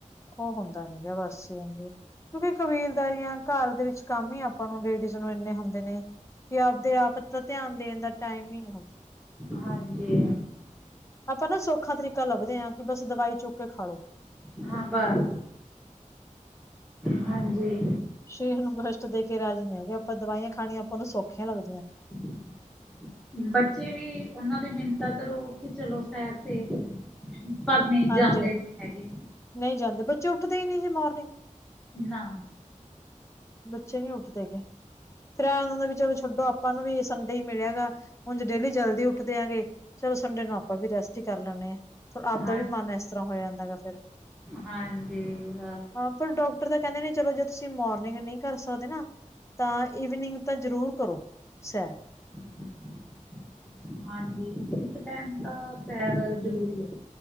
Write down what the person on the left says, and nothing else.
ਉਹ ਹੁੰਦਾ ਨੀ ਗਿਆ ਬਸ ਕਿਉਂਕਿ ਕਬੀਲਦਾਰੀਆਂ ਘਰ ਦੇ ਵਿੱਚ ਕੰਮ ਹੀ ਆਪਾਂ ਨੂੰ ਲੇਡੀਜ਼ ਨੂੰ ਇੰਨੇ ਹੁੰਦੇ ਨੇ ਕਿ ਆਪਦੇ ਆਪ ਤਾਂ ਧਿਆਨ ਦੇਣ ਦਾ ਟਾਈਮ ਹੀ ਨਹੀਂ ਹੁੰਦਾ
ਆਪਾਂ ਨਾ ਸੌਖਾ ਤਰੀਕਾ ਲੱਭਦੇ ਹਾਂ ਕਿ ਬਸ ਦਵਾਈ ਚੁੱਕ ਕੇ ਖਾਾਲੋ
ਸਸੀਰ ਨੂੰ ਕਸ਼ਟ ਦੇ ਕੇ ਰਾਜੀ ਨੇ ਵੀ ਆਪਾਂ ਦਵਾਈਆਂ ਖਾਣੀਆਂ ਆਪਾਂ ਉਹਨੂੰ ਸੌਖੀਆਂ ਲੱਗਦੀਆਂ
ਹਾਂਜੀ
ਨਹੀਂ ਜਾਂਦੇ ਬੱਚੇ ਉੱਠਦੇ ਹੀ ਨਹੀਂ ਜੀ ਮਾਰਨਿੰਗ
ਬੱਚੇ ਨਹੀ ਉੱਠਦੇ ਗਏ ਫਿਰ ਏਂ ਹੁੰਦਾ ਵੀ ਚਲੋ ਛੱਡੋ ਆਪਾਂ ਨੂੰ ਵੀ ਸੰਡੇ ਹੀ ਮਿਲਿਆ ਗਾ ਹੁਣ ਡੇਲੀ ਜਲਦੀ ਉੱਠਦੇ ਆਂਗੇ। ਚਲੋ ਸੰਡੇ ਨੂੰ ਆਪਾਂ ਵੀ ਰੈਸਟ ਹੀ ਕਰ ਲੈਂਦੇ ਹਾਂ ਆਪਦਾ
ਵੀ ਮਨ ਇਸ ਤਰ੍ਹਾਂ ਹੋ ਜਾਂਦਾ ਹੈ ਫਿਰ
ਹਾਂ ਪਰ ਡਾਕਟਰ ਦਾ ਕਹਿੰਦੇ ਨੇ ਚਲੋ ਜੇ ਤੁਸੀਂ ਮੋਰਨਿੰਗ ਨਹੀਂ ਕਰ ਸਕਦੇ ਨਾ ਤਾਂ ਈਵਨਿੰਗ ਤਾਂ ਜ਼ਰੂਰ ਕਰੋ ਸੈਰ